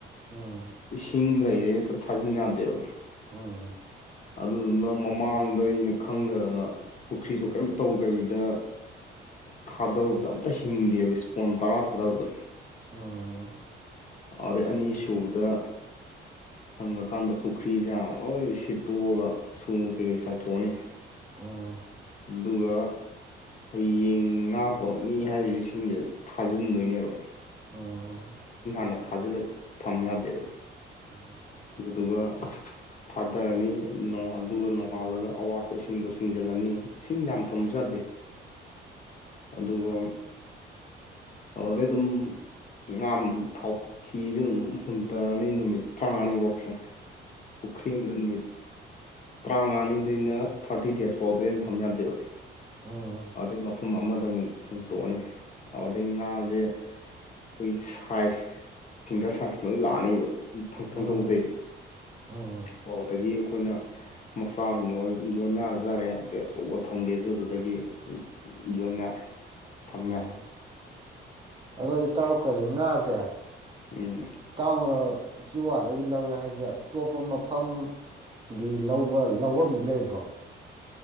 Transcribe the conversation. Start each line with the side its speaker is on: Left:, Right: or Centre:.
Right: ꯎꯝ
Left: ꯏꯁꯤꯡ ꯂꯩꯔꯦ ꯅꯠꯇ ꯊꯥꯖꯤꯟ ꯌꯥꯗꯦꯕ
Right: ꯎꯝ
Left: ꯑꯗꯨꯗꯨꯅ ꯃꯃꯥꯡꯗ ꯑꯩꯅ ꯈꯪꯗꯗꯅ ꯄꯨꯈ꯭ꯔꯤꯗꯣ ꯀꯩꯝ ꯇꯧꯗꯕꯤꯗ ꯊꯥꯗꯔꯨꯕꯗ ꯑꯝꯇ ꯍꯤꯡꯗꯦꯕ ꯏꯁꯄꯣꯟ ꯇꯔꯥ ꯊꯥꯗꯔꯨꯗ
Right: ꯎꯝ
Left: ꯑꯗꯨꯗꯩ ꯑꯅꯤꯁꯨꯨꯕꯗ ꯍꯪꯉꯀꯥꯟꯗ ꯄꯨꯈ꯭ꯔꯤꯁꯦ ꯂꯣꯏ ꯁꯤꯠꯇꯣꯛꯑꯒ ꯁꯨ ꯀꯩꯀꯩ ꯆꯥꯏꯊꯣꯛꯑꯅꯤ
Right: ꯑꯥ
Left: ꯑꯗꯨꯒ ꯑꯩ ꯌꯦꯟ ꯉꯥ ꯄꯣꯔꯛꯅꯤ ꯍꯥꯏꯕꯁꯤ ꯁꯤꯡꯁꯦ ꯊꯥꯖꯤꯟꯗꯣꯏꯅꯦꯕ
Right: ꯎꯝ ꯎꯝ
Left: ꯅ ꯊꯥꯖꯤꯜꯂ ꯊꯝ ꯌꯥꯗꯦꯕ
Right: ꯑꯣ
Left: ꯑꯗꯨꯒ ꯑꯗꯨꯒ ꯊꯥꯗꯔꯅꯤ ꯑꯗꯨꯒ ꯅꯣꯡꯉꯥꯜꯂꯒ ꯑꯋꯥꯠꯄ ꯏꯁꯤꯡꯗꯣ ꯆꯤꯡꯖꯤꯜꯂꯅꯤ ꯏꯁꯤꯡ ꯌꯥꯝ ꯊꯕ ꯌꯥꯗꯦ ꯑꯗꯨꯒ ꯑꯗꯨꯗꯩ ꯑꯗꯨꯝ ꯥ ꯊꯥꯎꯊꯤꯤꯁ ꯑꯗꯨꯝ ꯍꯨꯟꯇꯔꯅꯤ ꯅꯨꯃꯤꯠ ꯇꯔꯥꯃꯉꯥꯅꯤꯐꯥꯎꯁꯦ ꯄꯨꯈꯔꯤꯗꯅꯃꯤ ꯇꯔꯥꯃꯉꯥꯅꯤꯗꯩꯅ ꯊꯥꯔꯇꯤ ꯗꯦꯖ ꯐꯥꯎꯗꯣꯏꯦ ꯑꯩꯅ ꯊꯝ ꯌꯥꯗꯦꯕ
Right: ꯎꯝ
Left: ꯑꯗꯨꯗꯩ ꯃꯐꯝ ꯑꯃꯗ ꯑꯃꯨꯛ ꯍꯨꯇꯣꯛꯑꯅꯤ ꯑꯗꯨꯗꯩ ꯉꯥꯁꯦ ꯑꯩꯈꯣꯏꯒꯤ ꯁꯥꯏꯖ ꯐꯤꯡꯒꯔ ꯁꯥꯏꯖ ꯂꯣꯏ ꯂꯥꯛꯑꯅꯦꯕ ꯊꯪ
Right: ꯎꯝ
Left: ꯊꯣꯡꯕꯗꯩꯗꯤ
Right: ꯎꯝ
Left: ꯑꯣ ꯑꯗꯒꯤ ꯑꯩꯈꯣꯏꯅ ꯃꯆꯥ ꯑꯣꯏꯅ ꯌꯣꯟꯅꯖꯔꯦ ꯑꯗꯨꯩ ꯑꯆꯧꯕ ꯊꯝꯒꯦꯁꯨ ꯑꯗꯨꯗꯒꯤ ꯌꯣꯟꯅꯔꯦ ꯊꯝꯅꯔꯦ
Right: ꯎꯝ ꯑꯗꯣ ꯏꯇꯥꯎ ꯀꯔꯤ ꯉꯥꯁꯦ
Left: ꯎꯝ
Right: ꯏꯇꯥꯎꯅ ꯆꯤꯋꯥꯗꯒꯤ ꯂꯧꯔꯦ ꯍꯥꯏꯁꯦ ꯑꯇꯣꯞꯄ ꯃꯐꯝꯒꯤ ꯂ ꯂꯐꯝꯗꯤ ꯂꯩꯕ꯭ꯔꯣ